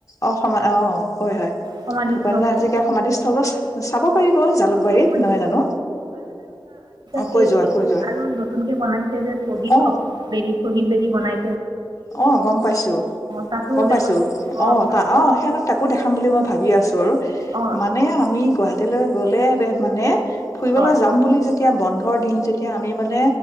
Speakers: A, on the left; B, on the right.
A: অ', অ', হয়, হয়
B: সমাধিস্থল
A: ভূপেন হাজৰিকা
B: হয়
A: সমাধিস্থলো চাব পাৰিব জালুকবাৰীত
B: সেইবোৰ
A: নহয় জানো?
B: স
A: কৈ যোৱা কৈ যোৱা
B: আৰু নতুনকে বনাইছ যে শ্বহীদ
A: অ
B: সক বে শ্বহীদ বেদী বনাই
A: অ', গম পাইছো,
B: তাতো
A: গম
B: দেখুৱাব
A: পাইছো, অ',
B: আপোনাক
A: অ', সিহঁতক তাকো দেখাম বুলি মই ভাবি আছো। আছো আৰু
B: অঁ
A: মানে আমি গুৱাহাট তেতিয়ালৈ গ'লে মানে ফুৰিবলৈ
B: হয়
A: যাম বুলি যেত এতিয়া বন্ধৰ দিন যেতিয়া আমি মানে